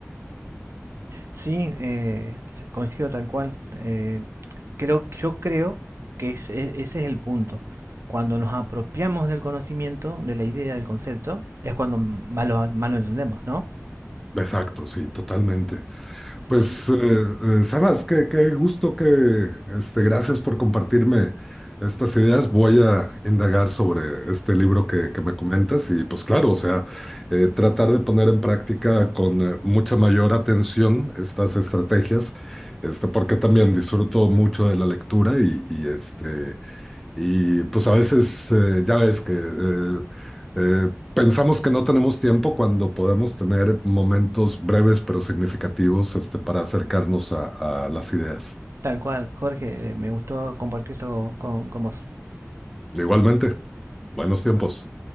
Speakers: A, on the right (about 60°); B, in the centre.
A: Sí, eh, coincido tal cual. Eh, creo, yo creo que es- es- ese es el punto. Cuando nos apropiamos del conocimiento, de la idea, del concepto, es cuando más lo, más lo entendemos, ¿no?
B: Exacto, sí, totalmente.
A: Sí,
B: Pues,
A: sí.
B: eh, eh, Sebas, qué, qué gusto que, este, gracias por compartirme estas ideas. Voy a indagar sobre este libro que, que me comentas y pues claro, o sea, eh, tratar de poner en práctica con eh, mucha mayor atención estas estrategias, este, porque también disfruto mucho de la lectura y, y, este, y pues a veces eh, ya ves que eh, eh, pensamos que no tenemos tiempo cuando podemos tener momentos breves pero significativos este, para acercarnos a, a las ideas.
A: Tal cual, Jorge, eh, me gustó compartir esto con, con vos.
B: Igualmente, buenos tiempos.